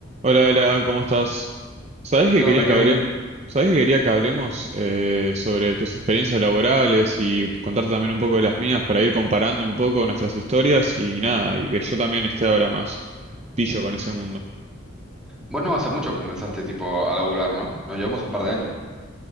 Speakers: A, on the right (about 35°); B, in the centre.
A: Hola, Ela, ¿cómo estás? ¿Sabés que
B: ¿Qué
A: quería
B: onda,
A: que
B: Kevin?
A: hablemos, ¿sabés que quería que hablemos eh, sobre tus experiencias laborales y contarte también un poco de las mías para ir comparando un poco nuestras historias y nada, y que yo también esté ahora más pillo con ese mundo?
B: Vos no hace mucho comenzaste tipo a laburar, ¿no? Nos llevamos un par de años.